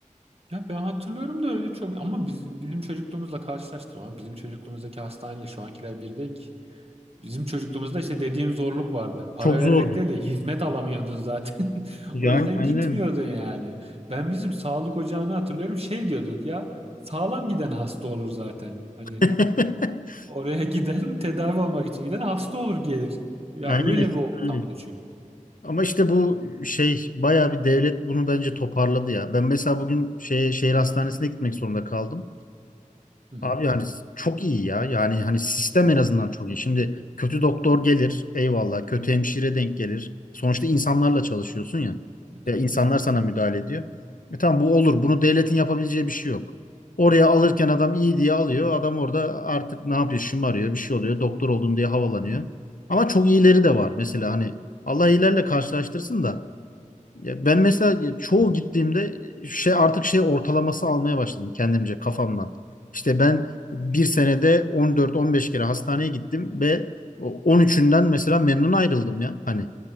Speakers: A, on the right; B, on the left.
A: Ya ben hatırlıyorum da öyle çok ama biz, bizim çocukluğumuzla karşılaştırma. Bizim çocukluğumuzdaki hastaneyle şu ankiler bir değil ki. Bizim çocukluğumuzda işte dediğim zorluk vardı. Para
B: Çok
A: vererek
B: zordu.
A: değil de hizmet alamıyordun zaten. <laughs>
B: Yani
A: O yüzden
B: aynen.
A: gitmiyordun yani. Ben bizim sağlık ocağını hatırlıyorum şey diyorduk ya sağlam giden hasta olur zaten. Hani
B: <laughs>
A: Oraya <laughs> giden tedavi olmak için giden hasta olur gelir. Ya
B: Aynen
A: öyle
B: eskiden
A: bir ortamdı
B: öyle.
A: çünkü.
B: Ama işte bu şey bayağı bir devlet bunu bence toparladı ya. Ben mesela bugün şey, şehir hastanesine gitmek zorunda kaldım.
A: Hı hı.
B: Abi yani çok iyi ya. Yani hani sistem en azından çok iyi. Şimdi kötü doktor gelir, eyvallah. Kötü hemşire denk gelir. Sonuçta insanlarla çalışıyorsun ya.
A: E, tabii
B: Ya insanlar
A: tabii.
B: sana müdahale ediyor. E tamam bu olur. Bunu devletin yapabileceği bir şey yok. Oraya alırken adam iyi diye alıyor. Adam orada artık ne yapıyor? Şımarıyor, bir şey oluyor. Doktor oldum diye havalanıyor. Ama çok iyileri de var. Mesela hani Allah iyilerle karşılaştırsın da ya ben mesela çoğu gittiğimde şey artık şey ortalaması almaya başladım kendimce kafamdan. İşte ben bir senede 14-15 kere hastaneye gittim ve o 13'ünden mesela memnun ayrıldım ya. Hani